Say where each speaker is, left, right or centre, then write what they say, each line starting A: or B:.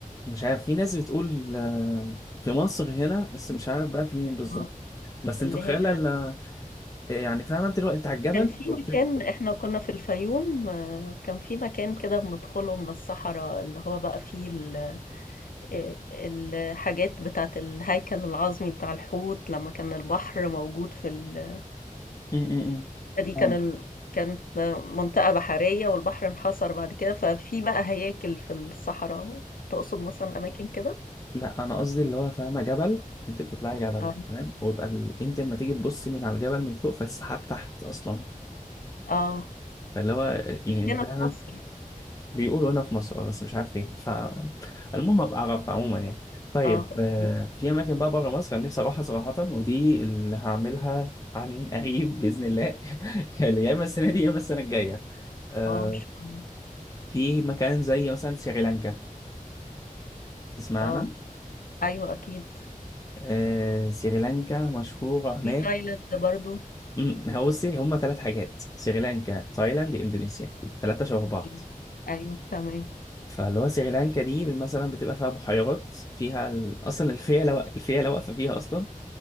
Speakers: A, on the left; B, on the left.
A: مش عارف في ناس بتقول آه، في مصر هنا بس مش عارف بقى فين بالظبط
B: اه
A: بس
B: اللي
A: انتوا خيال
B: هي
A: ال- يعني فاهم انت اللي هو انت على الجبل
B: كان في
A: وفي
B: مكان احنا كنا في الفيوم آه، كان في مكان كده بندخله من الصحراء اللي هو بقى فيه ال- آه، الحاجات بتاعت الهيكل العظمي بتاع الحوت لما كان البحر موجود في ال...
A: م- م- م.
B: دي كان
A: فاهم.
B: ال... كانت منطقة بحرية والبحر انحصر بعد كده ففي بقى هياكل في الصحراء تقصد مثلا أماكن كده؟
A: لا انا قصدي اللي هو فاهمه جبل انت بتطلعي جبل
B: اه
A: تمام ويبقى ال... انت لما تيجي تبصي من على الجبل من فوق فالسحاب تحت اصلا
B: اه
A: فاللي هو يعني
B: مش هنا
A: فاهمة
B: في مصر
A: بيقولوا هنا في مصر بس مش عارف فين فالمهم ابقى اعرف عموما يعني طيب
B: اه اوكي
A: آه، في اماكن بقى بره مصر انا نفسي اروحها صراحه ودي اللي هعملها عن قريب باذن الله <laughs> يعني يا اما السنه دي يا اما السنه الجايه آه،
B: اه مش هنا.
A: في مكان زي مثلا سريلانكا تسمعنا
B: اه ايوه اكيد
A: آه، سريلانكا مشهوره هناك
B: في تايلاند برضو
A: امم هو بصي هما ثلاث حاجات سريلانكا تايلاند اندونيسيا ثلاثة شبه بعض
B: أيوه أيوه، تمام
A: فاللي هو سريلانكا دي مثلا بتبقى فيها بحيرات فيها ال- اصلا الفيلة الفيلة واقفة فيها اصلا